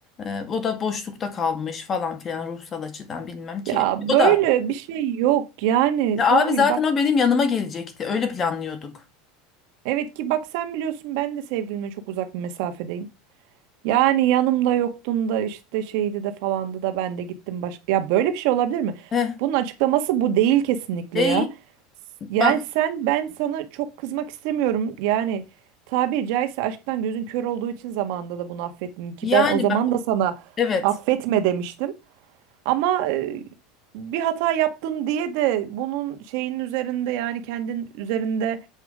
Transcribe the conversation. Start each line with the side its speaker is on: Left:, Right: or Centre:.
Left: Ee, o da boşlukta kalmış falan filan ruhsal açıdan bilmem ki.
Right: Ya
Left: O
Right: böyle
Left: da
Right: bir şey yok. Yani
Left: ya
Right: Songül
Left: abi zaten
Right: bak
Left: o benim yanıma gelecekti. Öyle planlıyorduk.
Right: evet ki bak sen biliyorsun ben de sevgilime çok uzak bir mesafedeyim. Yani yanımda yoktun da işte şeydi de falandı da ben de gittim başka. Ya böyle bir şey olabilir mi?
Left: Heh,
Right: Bunun açıklaması bu değil kesinlikle
Left: değil.
Right: ya.
Left: Bak
Right: Yani sen ben sana çok kızmak istemiyorum. Yani tabiri caizse aşktan gözün kör olduğu için zamanında da bunu affettim ki
Left: yani
Right: ben o zaman
Left: bak
Right: da sana
Left: evet.
Right: affetme demiştim. Ama e, bir hata yaptın diye de bunun şeyin üzerinde yani kendin üzerinde